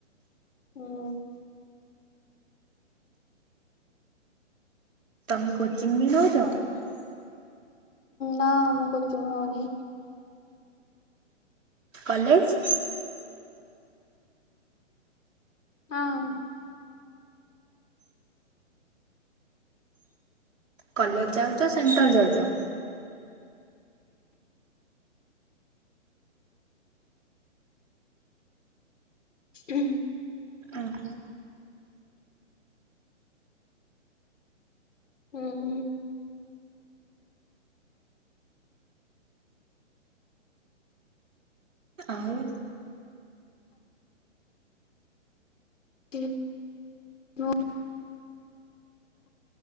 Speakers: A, on the left; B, on the right.
A: ହୁଁ।
B: ତମେ କୋଚିଙ୍ଗ ବି ନଉଚ?
A: ନା ମୁଁ କୋଚିଙ୍ଗ ହଉନି।
B: କଲେଜ୍
A: ହଁ।
B: କଲେଜ୍ ଯାଉଚ ସେଣ୍ଟର ଯାଉଚ?
A: ହୁଁ।
B: ଓହୋ।
A: ଉଁ ହୁଁ।
B: ଆଉ?
A: <unintelligible>